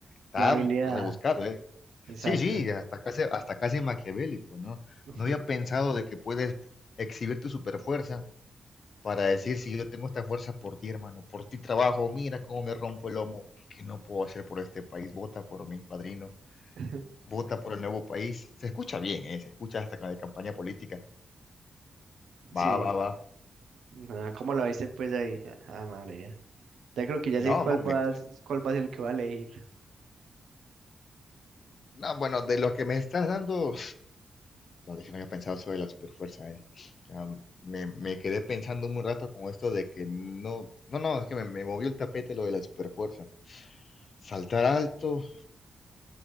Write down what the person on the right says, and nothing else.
La habilidad,
exacto.
<laughs>
<laughs>
Sí,
no, ¿cómo lo viste pues ahí? Ah, María. Ya creo que ya
sé cuál
va, a- cuál va a ser el que va a elegir.